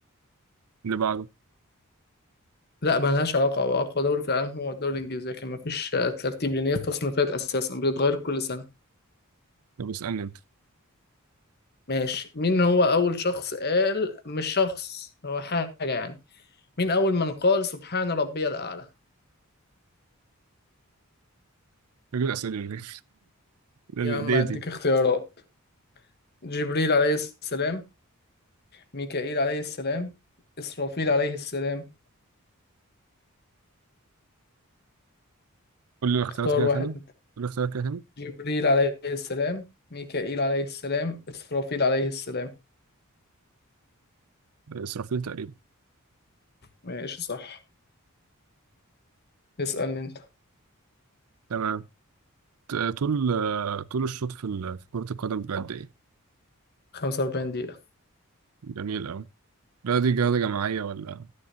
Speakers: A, on the right; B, on the left.
A: اللي بعده
B: لا ملهاش علاقة هو اقوى دوري في العالم هو الدوري الانجليزي لكن مفيش آه، ترتيب لان هي التصنيفات اساسا بتتغير كل سنة
A: طب اسألني انت
B: ماشي مين هو اول شخص قال مش شخص هو حاجة يعني مين اول من قال سبحان ربي الاعلى
A: بجيب الاسئله دي ليه
B: يا عم اديك
A: <laughs> دي دي
B: اختيارات جبريل عليه السلام ميكائيل عليه السلام إسرافيل عليه السلام
A: قول لي الاختيارات
B: اختار
A: كده
B: واحد
A: تاني قول
B: منهم.
A: لي الاختيارات كده تاني
B: جبريل عليه السلام ميكائيل عليه السلام إسرافيل عليه السلام
A: آه، اسرافيل تقريبا
B: ماشي صح اسألني أنت
A: تمام ت- طول آه، طول الشوط في ال- في كرة القدم بجد ايه
B: 45 دقيقة
A: جميل قوي لا دي رياضة جماعية ولا